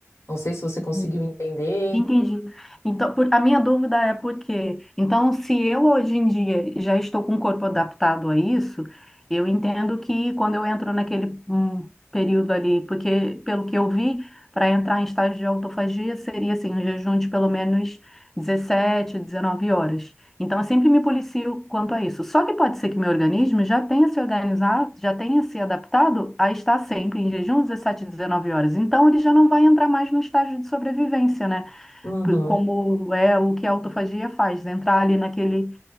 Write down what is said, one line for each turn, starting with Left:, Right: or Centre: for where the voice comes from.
Left: Não sei se você
Centre: Entendi.
Left: conseguiu entender.
Centre: Entendi. Então, por- a minha dúvida é por quê? Então, se eu hoje em dia já estou com o corpo adaptado a isso, eu entendo que quando eu entro naquele hum, período ali, porque pelo que eu vi, para entrar em estágio de autofagia seria assim, um jejum de pelo menos 17, 19 horas. Então, eu sempre me policio quanto a isso. Só que pode ser que meu organismo já tenha se organizado, já tenha se adaptado a estar sempre em jejum 17, 19 horas. Então, ele já não vai entrar mais no estágio de sobrevivência, né?
Left: Uhum.
Centre: como é o que a autofagia faz, né? entrar ali naquele,